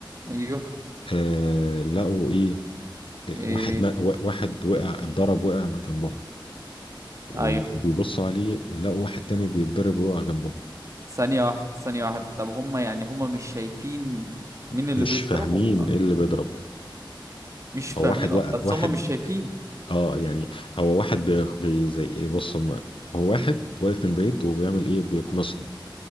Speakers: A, on the right; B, on the left.
A: ايوه
B: آه لقوا ايه
A: ايه
B: واحد ما واحد وقع اتضرب وقع من جنبهم وبيبصوا
A: ايوه
B: عليه لقوا واحد تاني بيتضرب ويقع جنبهم
A: ثانية واحدة ثانية واحدة طب هم يعني هم مش شايفين مين اللي
B: مش
A: بيضربهم
B: فاهمين ايه اللي بيضرب
A: مش فاهمين
B: هو واحد
A: أصلاً،
B: وقع
A: بس
B: واحد
A: هم مش شايفين
B: اه يعني هو واحد بي بي- زي ايه بص هم- هو واحد واقف من بعيد وبيعمل ايه بيقنصهم